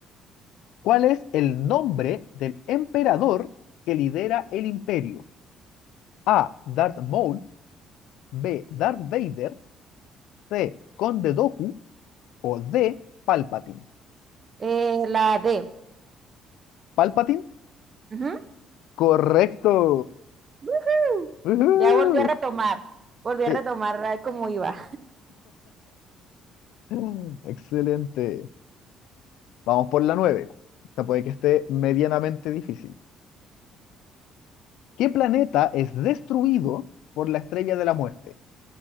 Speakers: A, on the left; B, on the right.
A: ¿Cuál es el nombre del emperador que lidera el imperio? A. Darth Maul. B. Darth Vader. C. Conde Doku. O D. Palpatine.
B: eh, la D.
A: Palpatine.
B: Ujú.
A: Correcto.
B: Ujú.
A: Ujú.
B: Ya volví a retomar. Volví
A: Sí.
B: a retomar ah, cómo iba.
A: <laughs> Excelente. Vamos por la 9. Esta puede que esté medianamente difícil. ¿Qué planeta es destruido por la estrella de la muerte?